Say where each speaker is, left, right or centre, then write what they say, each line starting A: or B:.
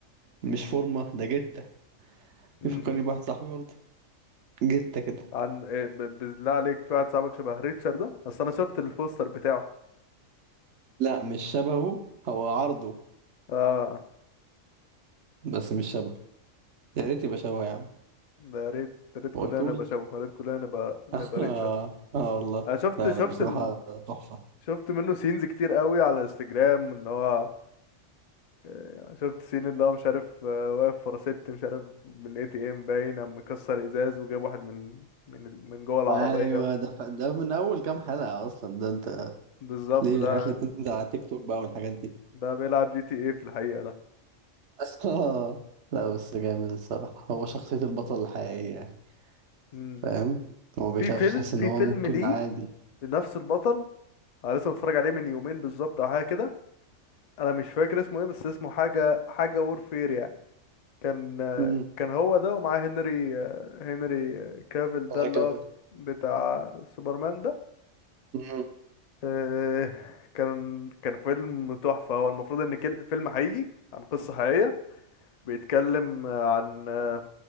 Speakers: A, on the right; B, on the left.
A: مش فورمة ده جتة
B: امم
A: يفكرني بواحد صاحبي برضه جتة كده
B: عن إيه ب- بالله عليك في واحد صاحبك شبه ريتشر ده اصل انا شفت البوستر بتاعه
A: لا مش شبهه هو عرضه
B: اه
A: بس مش شبهه يا ريت يبقى شبهه يا عم
B: ده يا ريت يا ريت كلنا
A: ويتول
B: نبقى شبه يا ريت كلنا نبقى نبقى
A: <laughs> اه
B: ريتشر
A: آه والله
B: انا شفت
A: لا
B: شفت
A: لا بصراحة
B: ال...
A: تحفة
B: شفت منه سينز كتير قوي على انستجرام ان هو آه، شفت سين اللي هو مش عارف آه، واقف ورا ست مش عارف من اي تي ام باين قام مكسر ازاز وجاب واحد من من ال... من جوه العربيه
A: ايوه ده ف... ده من اول كام حلقة اصلا ده انت
B: بالظبط
A: ليه
B: ده
A: الحاجات اللي بتنزل على تيك توك بقى والحاجات دي
B: ده بيلعب جي تي اي في الحقيقه
A: <laughs> آه. لا بس جامد الصراحة هو شخصية البطل الحقيقية يعني
B: ده
A: فاهم هو ما بيخافش
B: في فيلم
A: تحس ان
B: في
A: هو
B: فيلم
A: ممكن
B: ليه
A: عادي
B: لنفس البطل انا لسه متفرج عليه من يومين بالظبط او حاجه كده انا مش فاكر اسمه ايه بس اسمه حاجه حاجه وورفير يعني كان
A: امم
B: كان هو ده ومعاه هنري هنري كافيل
A: الله
B: ده اللي
A: يكفي.
B: هو بتاع سوبرمان ده
A: مم.
B: آه، كان كان فيلم تحفه هو المفروض ان كل- فيلم حقيقي عن قصه حقيقيه بيتكلم عن آه،